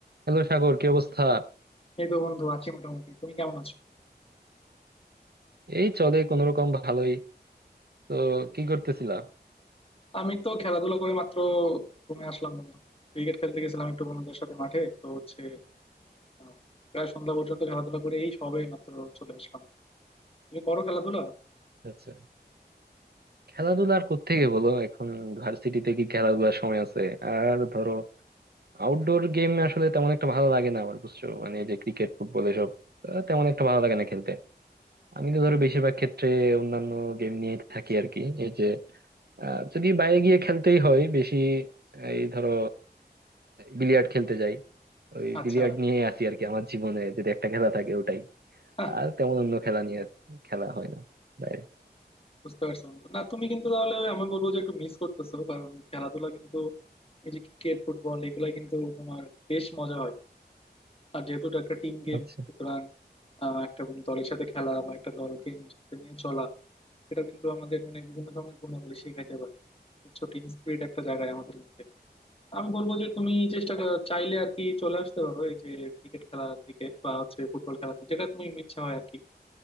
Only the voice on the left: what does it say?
এই তো বন্ধু আছি মোটামুটি তুমি কেমন আছো
আমি তো খেলাধুলা করে মাত্র ঘুমে আসলাম বন্ধু ক্রিকেট খেলতে গেছিলাম একটু বন্ধুদের সাথে মাঠে তো হচ্ছে আহ, প্রায় সন্ধ্যা পর্যন্ত খেলাধুলা করে এই সবে মাত্র চলে আসলাম তুমি করো খেলাধুলা
আচ্ছা
হ্যাঁ,
বুঝতে পারছো বন্ধু না তুমি কিন্তু তাহলে আমি বলবো যে একটু মিস করতেছো কারণ খেলাধুলা কিন্তু এই যে ক্রিকেট ফুটবল এগুলা কিন্তু তোমার বেশ মজা হয় আর যেহেতু এটা একটা টিম গেম
সুতরাং আহ, একটা দলের সাথে খেলা বা একটা দলকে নিজের সাথে নিয়ে চলা সেটা কিন্তু আমাদের মানে বিভিন্ন ধরনের গুণাবলী শেখাইতে পারে বুঝছো টিম স্পিরিট একটা জায়গায় আমাদের মধ্যে আমি বলবো যে তুমি চেষ্টা কর- চাইলে আর কি চলে আসতে পারো এই যে ক্রিকেট খেলার দিকে বা হচ্ছে ফুটবল খেলাতে যেটা তুমি ইচ্ছা হয় আর কি